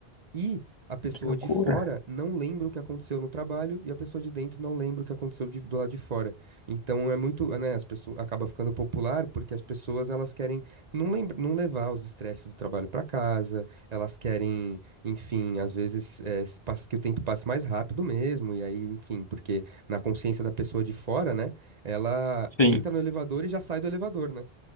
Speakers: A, on the right (about 45°); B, on the left (about 40°).
A: E a pessoa
B: Que loucura.
A: de fora não lembra o que aconteceu no trabalho e a pessoa de dentro não lembra o que aconteceu de- do lado de fora. Então é muito, né, as pessoas acaba ficando popular porque as pessoas elas querem não lembra, não levar os estresses do trabalho para casa, elas querem, enfim, às vezes é, s- pas- que o tempo passe mais rápido mesmo e aí, enfim, porque na consciência da pessoa de fora, né, ela
B: Sim,
A: entra no elevador e já sai do elevador, né?